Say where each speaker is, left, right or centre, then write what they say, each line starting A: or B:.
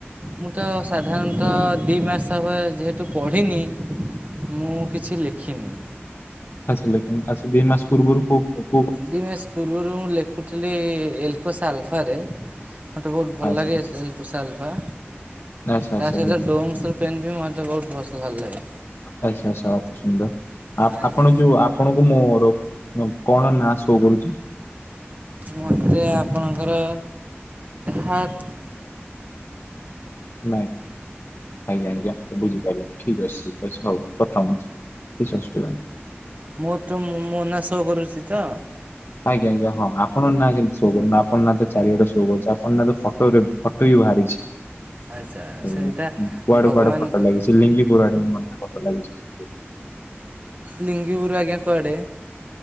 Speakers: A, on the right; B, on the left.
A: ମୁଁ ତ ସାଧାରଣତଃ ଦୁଇ ମାସ ଯେହେତୁ ପଢ଼ିନି ମୁଁ କିଛି ଲେଖିନି।
B: ଆ ଲେଖ ଆ ଦୁଇ ମାସ ପୂର୍ରୁ କୋ
A: ଦି ମାସ ପୂର୍ବରୁ ମୁଁ ଲେଖୁଥିଲି ଏକ ଆଲଫାରେ ମୋତେ ବୋହୁତ ଭଲ
B: ଆଚ୍ଛା
A: ଲାଗେ
B: ଆଚ୍ଛା
A: ଏଲ ପୋସା ଆଲଫା।
B: ଆଚ୍ଛା ଆଚ୍ଛା
A: ତା ସାତ
B: ବୁଝିଲି
A: ଡୋମସ ପେନ୍ ବି ମେ ବୋହୁତ ପ ଭଲ ଲାଗେ।
B: ଆଚ୍ଛା ଆଚ୍ଛା ଅତି ସୁନ୍ଦର
A: ଆଜ୍ଞା
B: ଆପଣ ଯୋଉ ଆପଣଙ୍କୁ ମୋର କଣ ନାଁ। ସୋ କରୁଚି।
A: ମୋତେ ଆପଣଙ୍କର। ହାର।
B: ନାଇଁ ଆଜ୍ଞା ଆଜ୍ଞା ତ ବୁଝିପାରିବ ଠିକ୍ ଅଛିି ଅଛି ହଉ କଥା ହଉଚି। କିଛି ଅସୁବିଧା ନାଇ
A: ମୁଁ ତ ମୋ ନାଆଁ ସୋ କରୁଛି ତ?
B: ଆଜ୍ଞା ଆଜ୍ଞା ହଁ ଆପଣଙ୍କ ନାଁ ଶୋ କରୁନ ଆପଣ ନା ତ ଚାରିଆଡେ ଶୋ କରଚି ଆପଣ ନା ତ ଫଟୋ ରେ ଫଟୋ ବି ବାହାରିଚି।
A: ଆଚ୍ଛା
B: ହୁଁ
A: ସେଇଟା
B: କୁଆଡେ
A: ଭଗବାନ
B: କୁଆଡେ ଫୋଟୋ
A: କହି
B: ଲାଗିଛି ଲିଙ୍ଗିପୁର ଆଡ଼େ ମଧ୍ୟ। ଲାଗିଚି <inaudible>
A: ଲିଙ୍ଗୁିପୁରୁ ଆଜ୍ଞା କୁଆଡ଼େ?